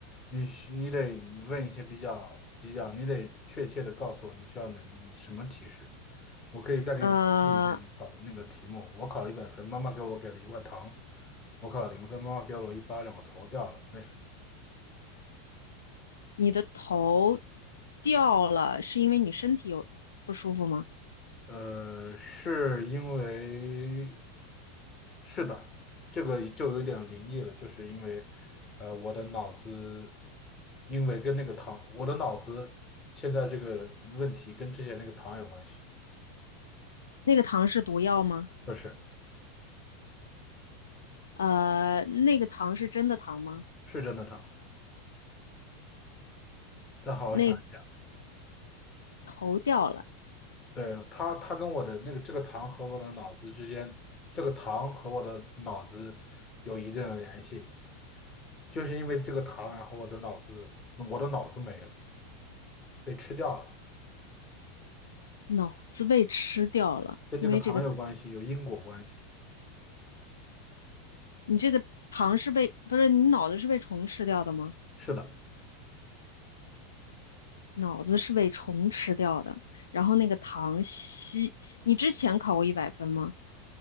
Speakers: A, on the left; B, on the left.
A: 你需你得问一些比较比较，你得确切的告诉我你需要哪什么提示。我可以再给你提一遍考的那个题目。
B: 呃，
A: 我考了一百分，妈妈给我给了一块糖；我考了零分，妈妈给了我一巴掌，我头掉了。为什么？
B: 你的头掉了，是因为你身体有不舒服吗？
A: 呃，是因为，是的，这个就有点灵异了，就是因为，呃，我的脑子，因为跟那个糖，我的脑子现在这个问题跟之前那个糖有关系，
B: 那个糖是毒药吗？
A: 不是，
B: 呃，那个糖是真的糖吗？
A: 是真的糖。再好好想。
B: 那
A: 一下。
B: 头掉了，
A: 对，他，他跟我的那个这个糖和我的脑子之间，这个糖和我的脑子有一定的联系，就是因为这个糖，然后我的脑子，我的脑子没了，被吃掉了，
B: 脑子被吃掉了，
A: 跟这个糖有关系，
B: 因为这个，
A: 有因果关系。
B: 你这个糖是被，不是，你脑子是被虫吃掉的吗？
A: 是的，
B: 脑子是被虫吃掉的，然后那个糖吸，你之前考过一百分吗？